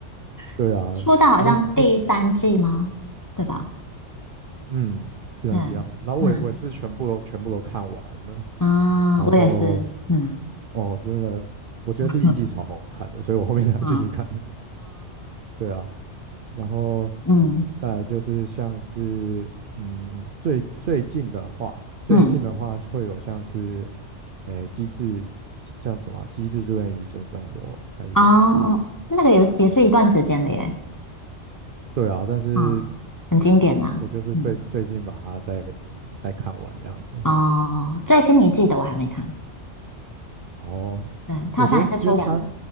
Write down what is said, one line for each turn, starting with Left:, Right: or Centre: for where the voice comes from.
Right: 对啊，
Left: <laughs> 出道好像第三季吗？
Right: 有不
Left: 对吧？
Right: 嗯，第三季啊，
Left: 嗯嗯
Right: 然后我也我也是全部都全部都看完了，
Left: 啊，
Right: 然后
Left: 我也是，嗯
Right: 哦，真的，我觉得第一季超好看的，
Left: 嗯
Right: 所以我后面才继续看的。
Left: 啊，
Right: 对啊，然后
Left: 嗯
Right: 再来就是像是嗯，最最近的话，最近的话会有像是。
Left: 嗯，
Right: 诶机制叫什么啊机制住院医生生活还是什么？
Left: 哦，那个也是也是一段时间的耶，
Right: 对啊，但是
Left: 啊，很经典啦，
Right: 我就是最最近把它再再看完这样子。
Left: 嗯哦，最新一季的我还没看，
Right: 哦，
Left: 对，它好像也是出两，
Right: 我觉得，因为它